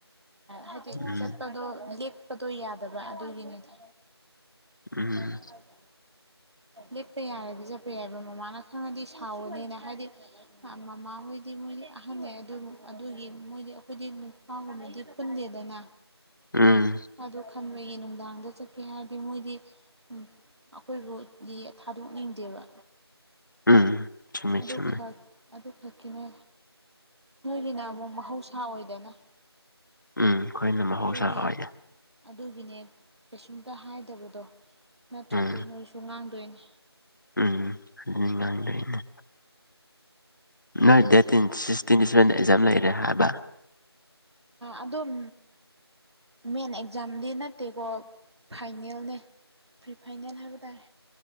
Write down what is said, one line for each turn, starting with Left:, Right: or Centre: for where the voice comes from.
Right: ꯍꯥꯏꯗꯤ
Left: ꯎꯝ
Right: ꯆꯠꯄꯗꯣ ꯂꯦꯛꯄꯗꯣ ꯌꯥꯗꯕ ꯑꯗꯨꯒꯤꯅꯤꯗ
Left: ꯎꯝ
Right: ꯍꯅ ꯀꯗ ꯂꯤꯦꯞꯄ ꯌꯥꯔꯗꯤ ꯆꯠꯄ ꯌꯥꯏꯕ ꯃꯃꯥꯅ ꯈꯔꯅꯗꯤ ꯁꯥꯎꯋꯅꯤꯅ ꯍꯥꯏꯗꯤ ꯃꯃꯥ ꯍꯣꯏꯗꯤ ꯃꯣꯏꯗꯤ ꯑꯍꯜ ꯂꯩ ꯑꯗꯨ ꯑꯗꯨꯒꯤ ꯃꯣꯏꯗꯤ ꯑꯩꯈꯣꯏꯗꯤ ꯍꯥꯎꯉꯗꯤꯞꯟ ꯂꯗꯅ
Left: ꯎꯝ
Right: ꯑꯗꯣ ꯈꯟꯕꯒꯤ ꯅꯨꯡꯗꯥꯡꯗ ꯆꯠꯀꯦ ꯍꯥꯏꯔꯗꯤ ꯃꯣꯏꯗꯤ ꯎꯝ ꯑꯩꯈꯣꯏ ꯔꯣꯗꯤ ꯊꯥꯗꯣꯛꯅꯤꯡꯗꯦꯕ
Left: ꯎꯝ ꯆꯨꯝꯃꯤ
Right: ꯗ
Left: ꯆꯨꯝꯃꯤ
Right: ꯈꯔ ꯑꯗꯨꯈꯛꯀꯤꯅꯦ ꯅꯣꯏꯒꯤꯅ ꯑꯃꯨꯛ ꯃꯍꯧꯁꯥ ꯑꯣꯏꯗꯅ
Left: ꯎꯝ ꯑꯩꯈꯣꯏꯅ ꯃꯍꯧꯁꯥ
Right: ꯑꯗꯨꯒꯤ
Left: ꯑꯣꯏꯅ
Right: ꯑꯗꯨꯒꯤꯅꯦ ꯀꯩꯁꯨꯝꯇ ꯍꯥꯏꯗꯕꯗꯣ ꯅꯠꯇ꯭ꯔꯗꯤ
Left: ꯎꯝ
Right: ꯅꯣꯏꯁꯨ ꯉꯥꯡꯗꯣꯏꯅꯦ
Left: ꯎꯝ ꯑꯗꯨ ꯉꯥꯡ ꯂꯩꯅꯦ ꯅꯣꯏ ꯗꯦꯠꯠꯇꯤꯟ ꯁꯤꯛꯁꯇꯤꯟ ꯁꯚꯦꯟꯗ ꯑꯦꯛꯖꯥꯝ ꯂꯩꯔꯦ ꯍꯥꯏꯕ
Right: ꯑꯗꯨꯝ ꯃꯦꯟ ꯑꯦꯛꯖꯥꯝꯗꯤ ꯅꯠꯇꯦꯀꯣ ꯐꯥꯏꯅꯦꯜꯅꯦ ꯄ꯭ꯔꯤ ꯐꯥꯏꯅꯦꯜ ꯍꯥꯏꯕ ꯇꯥꯔꯦ